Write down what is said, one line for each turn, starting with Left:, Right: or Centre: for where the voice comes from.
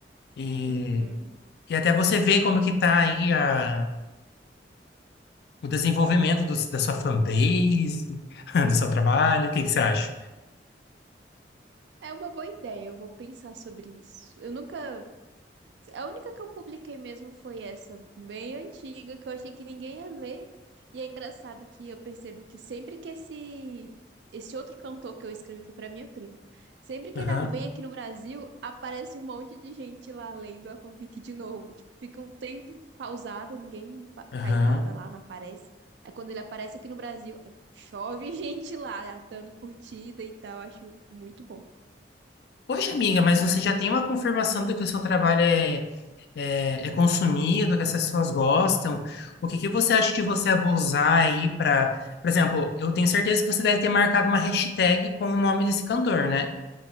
Left: E,
Right: Uhum.
Left: e até você ver como que tá aí a, o desenvolvimento dos- da sua fanbase, <laughs> do seu trabalho. O que que você acha?
Right: É uma boa ideia, eu vou pensar sobre isso. Eu nunca. A única que eu publiquei mesmo foi essa, bem antiga, que eu achei que ninguém ia ler. E é engraçado que eu percebo que sempre que esse. Esse outro cantor que eu escrevi foi pra minha prima. Sempre que
Left: Aham,
Right: ele vem aqui no Brasil, aparece um monte de gente lá lendo a fanfic de novo. Tipo, fica um tempo pausado, ninguém fa-
Left: aham.
Right: faz nada lá, não aparece. Aí quando ele aparece aqui no Brasil, aí chove <laughs> gente lá, dando curtida e tal. Eu acho muito bom.
Left: Poxa, amiga, mas você já tem uma confirmação de que o seu trabalho é, é, é consumido, que as pessoas gostam. O que que você acha de você abusar aí para, por exemplo, eu tenho certeza que você deve ter marcado uma hashtag com o nome desse cantor, né?